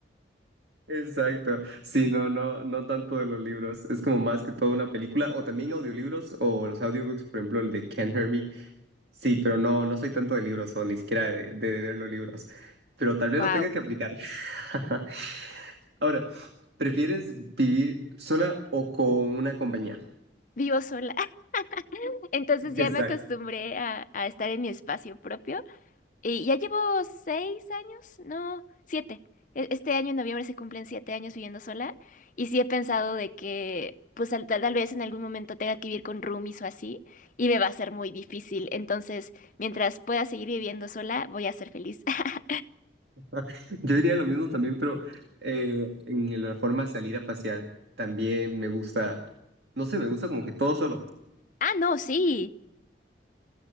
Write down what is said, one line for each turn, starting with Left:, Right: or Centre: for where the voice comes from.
Right: Exacto. Sí, no, no, no tanto de los libros. Es como más que todo una película o también audiolibros o los audiobooks, por ejemplo, el de Can't Hear Me. Sí, pero no, no soy tanto de libros o ni siquiera de, de, de ver los libros. Pero tal vez
Left: Wow,
Right: lo tenga que aplicar. <laughs> Ahora, ¿prefieres vivir sola o con una compañía?
Left: vivo sola. <laughs> Entonces
Right: Exacto.
Left: ya me acostumbré a, a estar en mi espacio propio. Y ya llevo seis años, no, siete. E- Este año en noviembre se cumplen siete años viviendo sola. Y sí he pensado de que, pues tal, tal vez en algún momento tenga que vivir con roomies o así. Y me va a ser muy difícil. Entonces, mientras pueda seguir viviendo sola, voy a ser feliz. <laughs>
Right: <laughs> Yo diría lo mismo también, pero eh, en la forma de salir a pasear, también me gusta, no sé, me gusta como que todo solo.
Left: Ah, no, sí.